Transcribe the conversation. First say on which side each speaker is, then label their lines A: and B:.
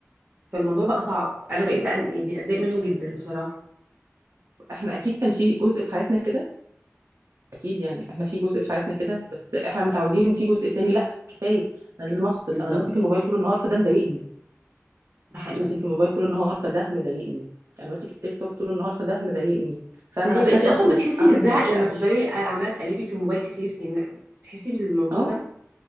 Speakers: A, on the right; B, on the right.
A: فالموضوع بقى صعب انا بقيت أن- يعني اتضايق منه جدا بصراحه
B: إحنا أكيد كان في جزء في حياتنا كده، أكيد يعني إحنا في جزء في حياتنا كده، بس إحنا متعودين إن في جزء تاني لأ، كفاية، أنا لازم أفصل،
A: بالظبط
B: أنا ماسك الموبايل طول النهار فده مضايقني،
A: ده حقيقي
B: أنا ماسك الموبايل طول النهار فده مضايقني، أنا ماسك التيك توك طول النهار فده مضايقني، فأنا
A: ايوه
B: محتاج
A: انت اصلا
B: أخرج،
A: بتحسي
B: أعمل
A: بالزهق
B: حاجة،
A: لما
B: أمشي.
A: تفضلي عماله تقلبي في الموبايل كتير يعني بتحسي بالموضوع
B: آه،
A: ده